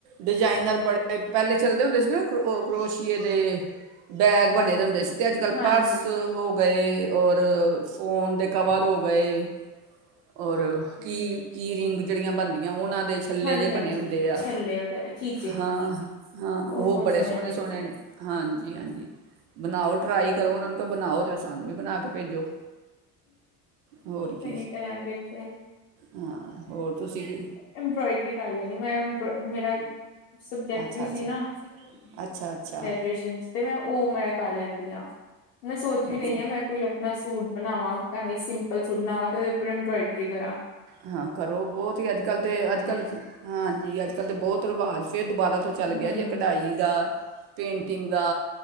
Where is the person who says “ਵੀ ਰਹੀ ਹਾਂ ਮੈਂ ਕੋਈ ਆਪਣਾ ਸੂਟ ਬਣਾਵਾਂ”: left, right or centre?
Left